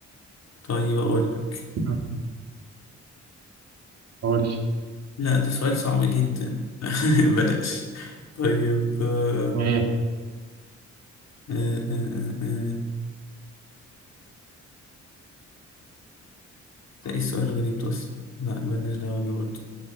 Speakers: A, on the left; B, on the right.
A: طيب اقول لك
B: مم. قول لي
A: لا ده سؤال صعب جدا <laughs> بلاش طيب آه،
B: ايه
A: آه، آه، آه. آه. ده ايه السؤال الغريب ده اصلا لا بلاش دعوه بيه برضه